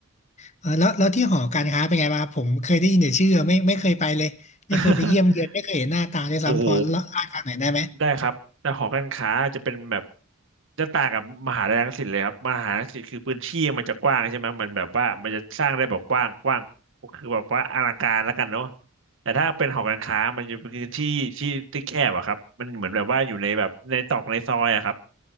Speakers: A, on the left; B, on the right.
A: เออแล้วแล้วที่หอการค้าเป็นไงบ้างครับผมเคยได้ยินแต่ชื่อไม่ไม่เคยไปเลยไม่เคยไปเยี่ยมเยือนไม่เคยเห็นหน้าตาเลยซ้ำพอเล่าาให้ฟังหน่อยได้ไหม
B: <laughs> โอ้โห ได้ครับแต่หอการค้าจะเป็นแบบจะต่างกับมหาลัยรังสิตเลยครับมหาลัยรังสิตคือพื้นที่มันจะกว้างใช่ไหมมันแบบว่ามันจะสร้างได้แบบกว้างกว้างคือแบบว่าอลังการแล้วกันเนาะแต่ถ้าเป็นหอการค้ามันจะเป็นพื้นที่ที่ที่แคบอะครับมันเหมือนแบบว่าอยู่ในแบบในตรอกในซอยอะครับ